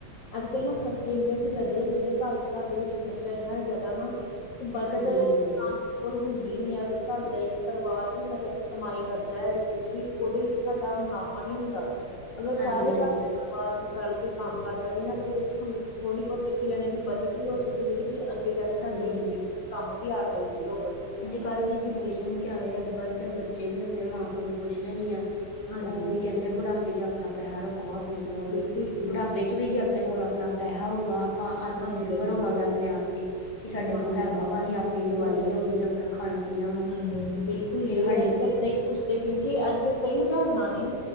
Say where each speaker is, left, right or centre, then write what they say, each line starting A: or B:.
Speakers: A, on the left; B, on the left.
A: ਅੱਜ-ਕੱਲ੍ਹ ਨਾ ਖਰਚੇ ਇੰਨੇ ਕੁ ਜ਼ਿਆਦਾ ਹੈਗੇ ਨੇ, ਘਰ-ਘਰ ਦੇ ਵਿੱਚ ਖਰਚਾ ਇੰਨਾ ਜ਼ਿਆਦਾ ਨਾ ਬਚਤ
B: ਹਾਂਜੀ
A: ਨਾਮ
B: ਹਾਂਜੀ
A: ਕੋਲ ਹੁੰਦੀ ਨੀ, ਐ ਅਗਰ ਘਰ ਦਾ ਇੱਕ ਪਰਿਵਾਰ ਵੀ ਮਤਲਬ ਕਮਾਈ ਕਰਦਾ ਐ ਜੋ ਕੁੱਝ ਵੀ ਉਹਦੇ ਵਿੱਚ ਸਾਡਾ ਮੁਨਾਫ਼ਾ ਨੀ ਹੁੰਦਾ, ਅਗਰ
B: ਹਾਂਜੀ
A: ਸਾਰੇ
B: ਹਾਂਜੀ
A: ਘਰ ਦੇ ਬਾਰ-ਰਲ ਕੇ ਕੰਮ ਕਾਰ ਕਰੇ ਨਾ ਤੇ ਉਹਦੇ ਤੁਹਾਨੂੰ ਥੋੜੀ-ਬਹੁਤ ਇੱਕ ਜਣੇ ਦੀ ਬੱਚਤ ਵੀ ਹੋ ਸਕਦੀ ਜਿਹੜੀ ਕਿ ਅੱਗੇ ਜਾ ਕੇ
B: ਹਾਂਜੀ
A: ਸਾਡੇ
B: ਹਾਂਜੀ
A: ਕੰਮ ਵੀ ਆ ਸਕਦੀ ਆ ਉਹ ਬੱਚਤ
B: ਕੱਲ ਦੀ ਜਨਰੇਸ਼ਨ ਵੀ ਕਿਵੇਂ ਦੀ ਏ ਅੱਜ-ਕੱਲ ਦੇ ਬੱਚੇ ਵੀ ਆਪਣੇ ਮਾਂ-ਪਿਓ ਨੂੰ ਪੁੱਛਦੇ ਨੀ ਆ।
A: ਹਾਂਜੀ,
B: ਉਹ ਹੀ ਕਹਿੰਦੇ ਬੁਢਾਪੇ ਚ ਆਪਣਾ ਪੈਸਾ ਰੱਖੋ ਆਪਣੇ ਕੋਲ,
A: ਬਿਲਕੁਲ ਜੀ,
B: ਬੁਢਾਪੇ ਵੀ ਜੇ ਆਪਣੇ ਕੋਲ ਆਪਣਾ ਪੈਸਾ ਹੋਊਗਾ ਆਪਾਂ ਆਤਮ
A: ਹਾਂਜੀ-ਹਾਂਜੀ,
B: ਨਿਰਭਰ ਹੋਵਾਂਗੇ
A: ਹਾਂਜੀ।
B: ਆਪਣੇ ਆਪ ਤੇ। ਕਿ ਸਾਡੇ
A: ਹਾਂਜੀ।
B: ਕੋਲ ਹੈਗਾ ਵਾ ਅਸੀਂ ਆਪਣੀ ਦਵਾਈ
A: ਸਹੀ ਗੱਲ
B: ਲਿਆਉਣੀ
A: ਹੈ
B: ਜਾਂ ਆਪਣਾ ਖਾਣਾ-ਪੀਣਾ ਵਾ।
A: ਹਮ ਹਮ ਬਿਲਕੁਲ
B: ਫਿਰ
A: ਜੀ
B: ਸਾਡੇ
A: ਅੱਜ
B: ਕੋਲ
A: ਕੱਲ ਨਹੀਂ ਪੁੱਛਦੇ ਕਿਉਂਕਿ ਅੱਜ-ਕੱਲ ਕਈ ਉਦਾਹਰਨਾਂ ਨੇ